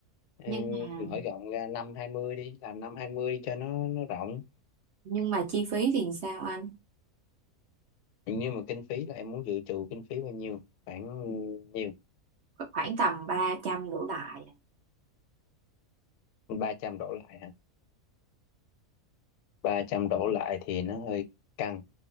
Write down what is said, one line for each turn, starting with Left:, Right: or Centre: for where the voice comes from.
Left: ừ,
Right: nhưng mà
Left: mở rộng ra năm hai mươi đi làm năm hai mươi đi cho nó nó rộng
Right: nhưng mà chi phí thì sao anh
Left: nhưng mà kinh phí là em muốn dự trù kinh phí bao nhiêu khoảng nhiêu
Right: khoảng tầm 300 đổ lại
Left: ba trăm đổ lại hả 300 đổ lại thì nó hơi căng